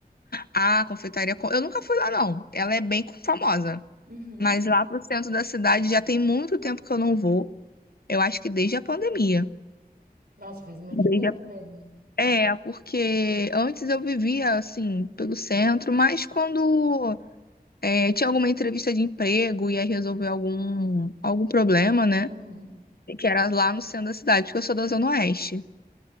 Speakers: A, on the left; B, on the right.
A: A confeitaria... Co- Eu nunca fui lá, não. Ela é bem famosa.
B: Uhum.
A: Mas lá pro centro da cidade já tem muito tempo que eu não vou. Eu acho que desde a pandemia.
B: Nossa, faz muito
A: Desde
B: tempo
A: a-
B: mesmo.
A: É, porque antes eu vivia, assim, pelo centro, mas quando é, tinha alguma entrevista de emprego, ia resolver algum, algum problema, né?
B: Uhum.
A: Que era lá no centro da cidade, porque eu sou da Zona Oeste.